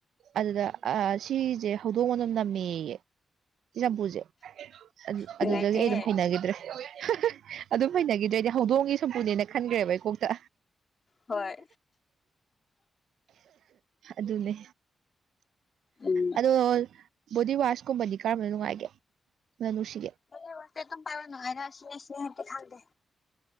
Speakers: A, on the right; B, on the left.
A: ꯑꯗꯨꯗ ꯑ ꯁꯤꯁꯦ ꯍꯧꯗꯣꯡ ꯃꯅꯝ ꯅꯝꯃꯦꯌꯦ ꯁꯤ ꯆꯝꯄꯨꯖꯦ ꯑꯗꯨ
B: ꯅꯨꯡꯉꯥꯏꯇꯦꯍꯦ
A: ꯑꯗꯨꯗꯒꯤ ꯑꯩ ꯑꯗꯨꯝ ꯍꯩꯅꯒꯤꯗ꯭ꯔꯦ ꯍꯥ ꯍꯥ ꯑꯗꯨꯝ ꯍꯩꯅꯒꯤꯗ꯭ꯔꯦ ꯑꯩꯗꯤ ꯍꯧꯗꯣꯡꯒꯤ ꯁꯝꯄꯨꯅꯦꯅ ꯈꯟꯒ꯭ꯔꯦꯕꯦ ꯑꯩ ꯀꯣꯛꯇ
B: ꯍꯣꯏ
A: ꯑꯗꯨꯅꯦ
B: ꯎꯝ
A: ꯑꯗꯣ ꯕꯣꯗꯤ ꯋꯥꯁꯀꯨꯝꯕꯗꯤ ꯀꯔꯝꯕꯅ ꯅꯨꯡꯉꯥꯏꯒꯦ ꯃꯅꯝ ꯅꯨꯡꯁꯤꯒꯦ
B: ꯕꯣꯗꯤ ꯋꯥꯁꯇꯤ ꯑꯗꯨꯝ ꯄꯥꯏꯕ ꯅꯨꯡꯉꯥꯏꯅ ꯑꯁꯤ ꯑꯁꯤꯔꯗꯤ ꯈꯪꯗꯦ